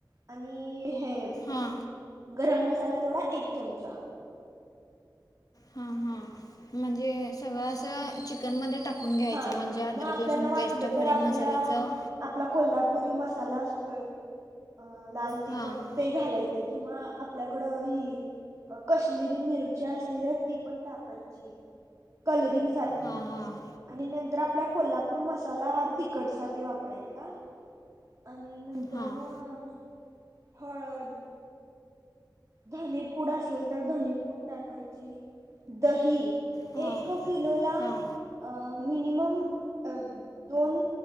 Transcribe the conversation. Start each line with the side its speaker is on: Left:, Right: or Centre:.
Right: आणि हे
Left: हा.
Right: गरम मसाला तेवढा एक चमचा.
Left: हां हां. म्हणजे सगळं असं चिकनमध्ये टाक टाकून घ्यायचं
Right: हा
Left: म्हणजे अदरक
Right: मग आपल्याला
Left: लसूण
Right: वाटलं
Left: पेस्ट खडे
Right: तर आपल्या
Left: मसाल्याचं
Right: आपला कोल्हापुरी मसाला असतोय अ लाल तिखट
Left: हां
Right: ते घालायचं किंवा आपल्याकडं हि कश्मीरी मिरच्या असलेल्या ती पण टाकायची. कलरिंग साठी.
Left: हां हां
Right: आणि नंतर आपला कोल्हापूर मसाला हा तिखट साठी वापरायचा. आणि नंतर
Left: हां
Right: मग हळद धनेपूड असेल तर धनेपूड टाकायची. दही
Left: हां
Right: एक किलो ला
Left: हां
Right: अ मिनिमम अ दोन